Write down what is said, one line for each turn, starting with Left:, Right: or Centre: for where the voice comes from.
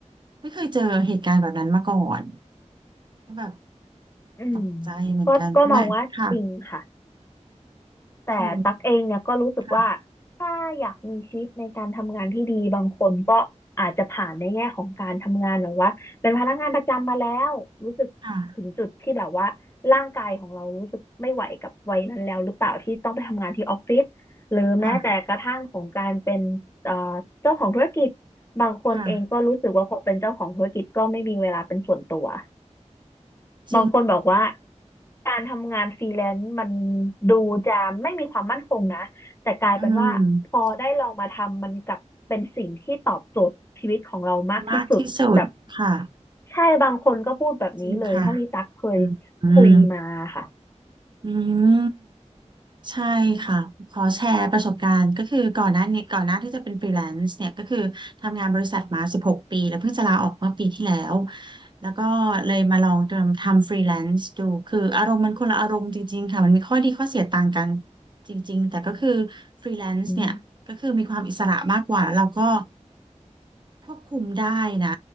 Right: ไม่เคยเจอเหตุการณ์แบบนั้นมาก่อนก็แบบ
Left: อืม
Right: ตกใจเหมือนกันแม่ค่ะ
Left: ก็ก็มองว่าจริงค่ะ แต่ตักเองเนี่ยก็รู้สึกว่า
Right: คือค่ะ
Left: ถ้าอยากมีชีวิตในการทำงานที่ดีบางคนก็อาจจะผ่านในแง่ของการทำงานแบบว่าเป็นพนักงานประจำมาแล้วรู้สึกถึงจุดที่แบบว่าร่างกายของเรารู้สึกไม่ไหวกับวัยนั้นแล้วหรือเปล่าที่ต้องไปทำงานที่ออฟฟิศหรือแม้แต่กระทั่งของการเป็นเอ่อเจ้าของธุรกิจ
Right: ค่ะค่ะ
Left: บางคนเองก็รู้สึกว่าพอเป็นเจ้าของธุรกิจก็ไม่มีเวลาเป็นส่วนตัว
Right: ค่ะจริง
Left: บางคนบอกว่า การทำงานฟรีแลนซ์มันดูจะไม่มีความมั่นคงนะ แต่กลายเป็นว่าพอได้ลองมาทำมันกลับเป็นสิ่งที่ตอบโจทย์ชีวิตของเรามากที่สุดแบบ
Right: อืมมากที่สุดค่ะ
Left: ใช่บางคนก็พูดแบบนี้เลยเท่าที่ตักเคย
Right: จริงค่ะอืมอืม
Left: คุยมาค่ะ
Right: อืมใช่ค่ะ ขอแชร์ประสบการณ์ก็คือก่อนหน้านี้ก่อนหน้าที่จะเป็นฟรีแลนซ์เนี่ยก็คือทำงานบริษัทมา16ปีแล้วเพิ่งจะลาออกเมื่อปีที่แล้ว แล้วก็เลยมาลองทำทำฟรีแลนซ์ดูคืออารมณ์มันคนละอารมณ์จริงๆค่ะมันมีข้อดีข้อเสียต่างกันจริงๆ แต่ก็คือฟรีแลนซ์เนี่ยก็คือมีความอิสระมากกว่าแล้วเราก็
Left: อืม
Right: ควบคุมได้นะ